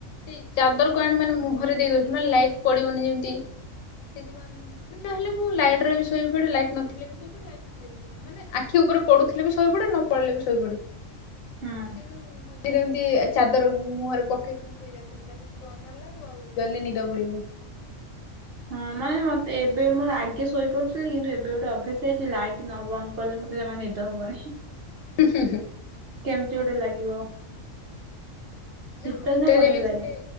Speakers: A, on the left; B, on the right.
A: ସେଇ ଚାଦରକୁ ଆଣି ମାନେ ମୁହଁରେ ଦେଇ ଦଉଛି ମାନେ ଲାଇଟ ପଡିବନି ଯେମିତି। ସେଥିପାଇଁ ମାନେ ନହେଲେ ମୁଁ ଲାଇଟ ର ବି ଶୋଇ ପଡେ ଲାଇଟ ନଥିଲେ ବି ଶୋଇ ପଡେ ଲାଇଟ ଥିଲେ ବି ଶୋଇ ପଡେ। ଆଖି ଉପରେ ପଢୁଥିଲେ ବି ଶୋଇ ପଡେ ନ ପଢିଲେ ବି ଶହି ପଡେ।
B: ହଁ।
A: ସେଇଠୁ ମ ରେ ଯେମିତି ଚାଦର ମୁହଁରେ ପକେଇ ଶୋଇ ଯାଉଥିଲ ଅନ୍ଧାର ଲାଗୁ, ଆଉ ଜଲଦି ନିଦ ପଡିବ।
B: ହଁ ମ ମତେ ଏ ଏବେ ମୋର ଆଗେ ଶୋଇପାରୁଥିଲି କିନ୍ତୁ ଏବେ ଗୋଟେ ଅଭ୍ୟାସା ହେଇଛି ଲାଇଟ୍ ନ ବନ୍ଦ କଲେ ମତେ ଜମା ନିଦ ହବନି।
A: ହୁଁ ହୁଁ ହୁଁ
B: କେମିତି ଗୋଟେ ଲାଗିବ। ଶୀତ
A: ନା ହଷ୍ଟେଲରେ
B: ଦିନେ ବଢିଆ
A: ବି
B: ଲାଗେ।
A: ଥିଲେ,